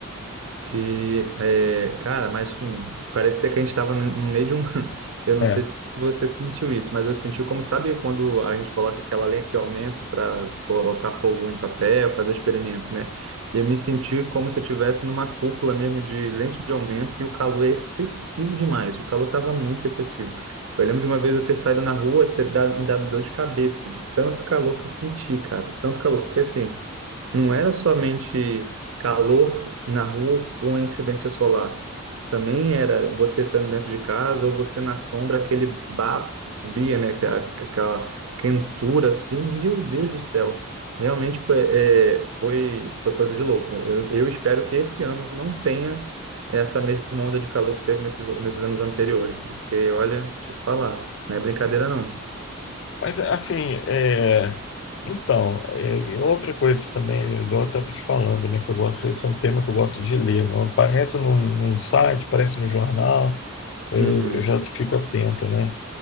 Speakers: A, on the right (about 70°); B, on the left (about 55°).
A: Que é, cara, mas enfim, parecia que a gente estava no meio de um. <laughs> Eu não
B: É.
A: sei se você sentiu isso, mas eu senti como, sabe, quando a gente coloca aquela lente de aumento para colocar fogo em papel, fazer experimento, né? E eu me senti como se eu estivesse numa cúpula mesmo de lente de aumento e o calor é excessivo demais. O calor estava muito excessivo. Eu lembro de uma vez eu ter saído na rua, ter dado, me dado dor de cabeça, de tanto calor que eu senti, cara. Tanto calor, porque assim. Não era somente calor na rua com incidência solar. Também era você estando dentro de casa ou você na sombra, aquele bafo que subia, né? que a- Aquela quentura assim. Meu Deus do céu. Realmente foi, é, foi, foi coisa de louco. Eu, eu espero que esse ano não tenha essa mesma onda de calor que teve nesses, nesses anos anteriores, porque, olha, te falar, não é brincadeira não.
B: Mas, assim, é, então, é, e outra coisa também, igual eu estava te falando, né, que eu gosto, esse é um tema que eu gosto de ler, não aparece num, num site, aparece no jornal, eu,
A: Uhum,
B: eu já fico atento, né?